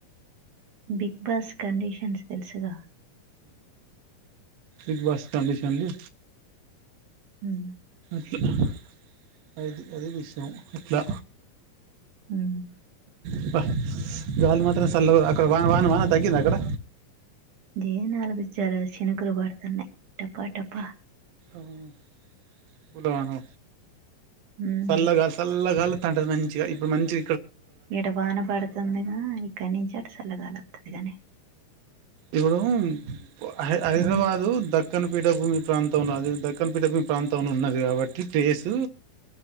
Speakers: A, on the right; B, on the right.
A: బిగ్ బాస్ కండిషన్స్ తెలుసుగా
B: ఇ బస్ కడిషలు
A: ఉ
B: <inaudible> అది అది విషయం అట్లా
A: మ్మ్
B: అబ్బా గాలి మాత్రం సల్లగ తాక్ అక్కడ వాన వాన వాన తగ్గింద అక్కడ
A: గే నాలుగు జర శినుకులు పడతన్నయి టప టప
B: మ్మ్ దను
A: ఉమ్,
B: సల్ల గా సల్ల గాలోత్తంటది మన్ చిగ ఇప్పు మంచి
A: ఈడ వాన పడతందిగా ఇక్కన్నించి అటు సల్ల గాలొత్తది గాని
B: ఇప్పుడు హై హైదరాబాదు
A: ఉమ్,
B: దక్కన పీఠ భూమి ప్రాంతంలో అది దక్కన పఠ భూమి ప్రాంతంలో ఉన్నది కాబట్టి ప్లేసు